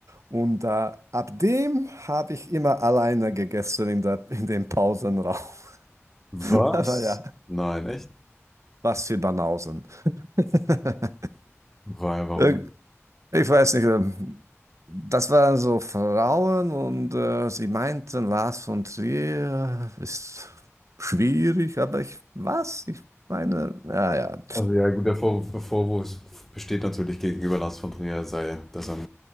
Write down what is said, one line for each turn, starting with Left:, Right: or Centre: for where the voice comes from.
Right: Und äh, ab dem habe ich immer alleine gegessen in der, in dem Pausenraum. <laughs>
Centre: Was?
Right: Aber ja,
Centre: Nein, echt?
Right: was für Banausen. <laughs>
Centre: Weil, warum?
Right: Irg- Ich weiß nicht, ähm, das waren so Frauen und äh, sie meinten, Lars von Trier ist schwierig, aber ich, was? Ich meine, naja.
Centre: Also ja, gut, der Vorwurf, der Vorwurf besteht natürlich gegenüber Lars von Trier, sei, dass er ein